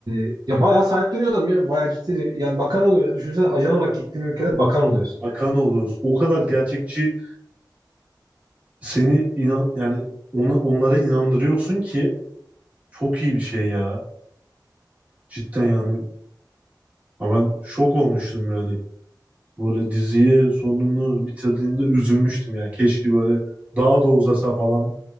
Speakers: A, on the right; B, on the right.
A: e, ya bayağı sahipleniyor adam ya. Bayağı ciddi. Yani bakan oluyor ya. Düşünsene ajan olarak gittiğin ülkede bakan oluyorsun.
B: bakan oluyoruz. O kadar gerçekçi seni inan yani ona onlara inandırıyorsun ki çok iyi bir şey ya. Cidden yani. Ha ben şok olmuştum yani. Böyle diziyi sonunu bitirdiğimde üzülmüştüm yani. Keşke böyle daha da uzasa falan